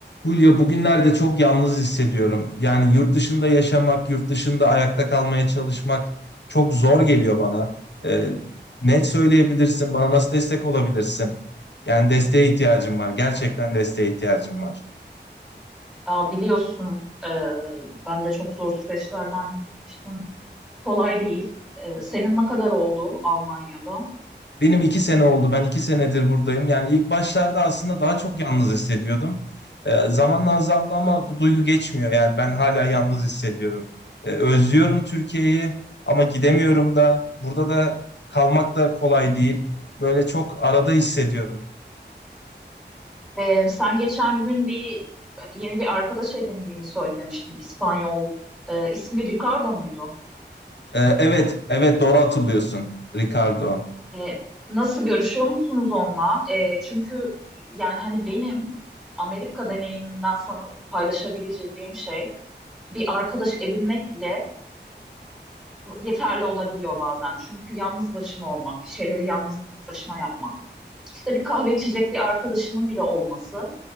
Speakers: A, on the left; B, in the centre.
A: Hulya bugünlerde çok yalnız hissediyorum. Yani yurt dışında yaşamak, yurt dışında ayakta kalmaya çalışmak çok zor geliyor bana. Ee, ne söyleyebilirsin, bana nasıl destek olabilirsin? Yani desteğe ihtiyacım var, gerçekten desteğe ihtiyacım var.
B: Ya biliyorsun e, ben de çok zor süreçlerden geçtim. Kolay değil. E, senin ne kadar oldu Almanya'da?
A: Benim iki sene oldu. Ben iki senedir buradayım. Yani ilk başlarda aslında daha çok yalnız hissediyordum. Ee, zamanla azaldı ama bu duygu geçmiyor. Yani ben hala yalnız hissediyorum. Ee, özlüyorum Türkiye'yi ama gidemiyorum da. Burada da kalmak da kolay değil. Böyle çok arada hissediyorum.
B: E, sen geçen gün bir yeni bir arkadaş edindiğini söylemiştin. İspanyol. E, ismi Ricardo muydu?
A: Ee, evet, evet doğru hatırlıyorsun Ricardo.
B: E, nasıl görüşüyor musunuz onunla? E, çünkü yani hani benim Amerika deneyimimden sana paylaşabileceğim şey bir arkadaş edinmek bile yeterli olabiliyor bazen. Çünkü yalnız başına olmak, bir şeyleri yalnız başına yapmak. işte bir kahve içecek bir arkadaşının bile olması,